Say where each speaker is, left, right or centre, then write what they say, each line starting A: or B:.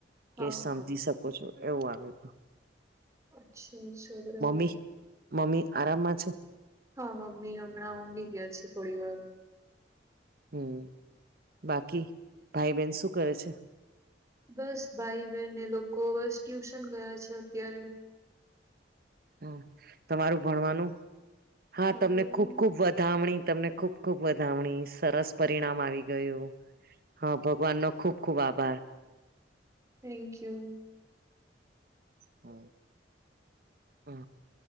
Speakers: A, on the right; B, on the right.
A: હા
B: કે સમજી
A: હા
B: શકો છો, એવું આવ હતું.
A: અચ્છા, અચ્છા, બરાબર.
B: મમ્મી મમ્મી આરામમાં છે.
A: હા, મમ્મી હમણાં ઊંઘી ગયા છે, થોડી વાર.
B: હમ, બાકી ભાઈ-બહેન શું કરે છે?
A: બસ, ભાઈ-બહેન એ લોકો બસ ટ્યુશન ગયા છે, અત્યારે.
B: હ, તમારું ભણવાનું. હા,
A: મારું
B: તમને ખુબ ખુબ વધામણી તમને ખુબ. ખૂબ વધામણી સરસ પરિણામ આવી ગયું. હા, ભગવાન નો ખૂબ ખૂબ આભાર.
A: Thank you.
B: હમ. હ,